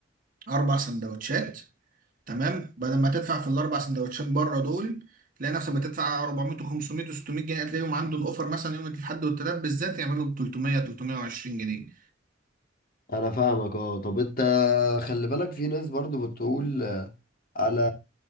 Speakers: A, on the right; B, on the left.
A: أربع سندوتشات تمام بدل ما تدفع في الأربع سندوتشات بره دول تلاقي نفسك بتدفع 400 و500 و600 جنيه هتلاقيهم عنده الأوفر مثلا يوم الأحد والتلات بالذات يعملوا ب 300 320 جنيه
B: انا فاهمك اه طب انت خلي بالك في ناس برضو بتقول آه، على